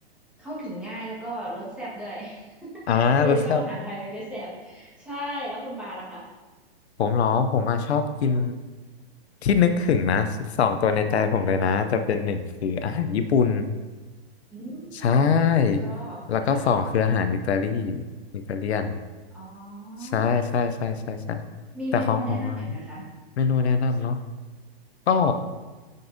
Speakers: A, in the centre; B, on the left.
A: เข้าถึงง่ายแล้วก็รสแซ่บด้วย
B: อ่ารสแซ่บ
A: <laughs> ก็เลยชอบอาหารไทยเป็นพิเศษใช่แล้วคุณปาล่ะคะ
B: ผมเหรอผมอะชอบกินที่นึกถึงนะสองตัวในใจผมเลยนะจะเป็นหนึ่งคืออาหารญี่ปุ่น
A: ใช่อืมอาหารญี่ปุ่นก็ชอบค่ะ
B: ใช่แล้วก็สองคืออาหารอิตาลีอิตาเลียน
A: อ๋อ
B: ใช่ใช่ใช่ใช่ใช่
A: มีเมนูแนะนำแอมไหมคะ
B: แต่ของผมอะเมนูแนะนำเนาะก็